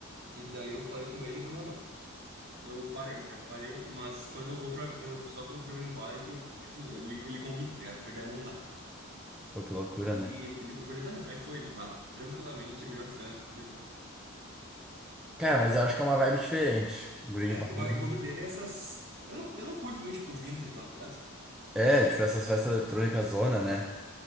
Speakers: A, on the right; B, in the centre.
A: E daí eu falei com ele e falei, não, meu, eu parei, cara, parei, mas quando eu vou pra. quando eu- Só quando eu fui pra Green Valley que eu, tipo assim, ele, ele combina, tá ligado? Eu perdi a mão lá.
B: Pô, que loucura,
A: E
B: né?
A: ele, eu perguntei, tá, meu, como é que foi ele? Bah, tranquilamente a melhor festa que eu já fui.
B: Cara, mas eu acho que é uma vibe diferente. Green
A: É,
B: Valley.
A: o, ba- o bagulho dele é essas. Eu não, eu não curto muito, tipo, o vintage lá, tá ligado?
B: É, tipo essas festas eletrônicas zona, né?